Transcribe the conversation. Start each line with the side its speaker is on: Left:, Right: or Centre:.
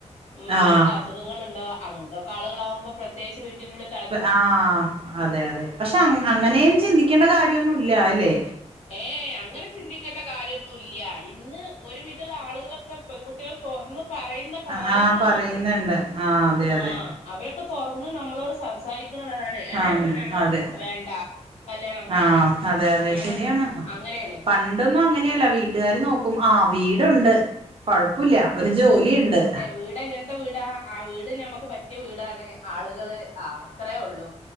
Left: ഉം
Right: ആഹ്
Left: മറ്റുള്ള അസുഖങ്ങള്ണ്ടോ അങ്ങൻത്തൊക്കെ ആളുകളാവുമ്പോ പ്ര ത്യേകിച്ച് വീട്ടിൻ്റുളളി ത
Right: പ് ആഹ് അതെ അതെ. പക്ഷെ അങ് അങ്ങനെയും ചിന്തിക്കേണ്ട കാര്യമൊന്നും ഇല്ല്യ അല്ലെ.
Left: ഏയേ അങ്ങനെ ചിന്തി ക്കണ്ട കാര്യൊന്നുല്ല്യ. ഇന്ന് ഒരു വിധള്ള ആളുകളൊക്കെ പെൺകുട്ടിയേൾ തൊർന്ന് പറയുന്ന കാര്യങ്ങളാണത്.
Right: ആഹ് പറയുന്നുണ്ട് ആഹ് അതെ
Left: ആഹ്
Right: അതെ
Left: അവരൊക്കെ തൊർന്ന് നമ്മളോട് സംസാരി ക്ക്ണത് അതാണ് എളയ
Right: ആഹ്
Left: മോനാണോ
Right: അതെ
Left: വേണ്ട കല്ല്യാണം വേണ്ട.
Right: ആഹ് അതെ അതെ
Left: ഏ
Right: ശരിയാണ്
Left: അങ്ങനെയാണ്
Right: പൺ ൺടൊന്നും അങ്ങനെയല്ല വീട്ടുകാര് നോക്കും ആ വീടുണ്ട് കൊഴപ്പുല്ല്യ ഒര് ജോലിയിണ്ട്.
Left: വീടെങ്ങൻ ത്ത വീടാ, ആ വീട് ഞമ്മക്ക് പറ്റിയ വീടാണ് ആളുകള് ആഹ് അത്രേ ഒള്ളു.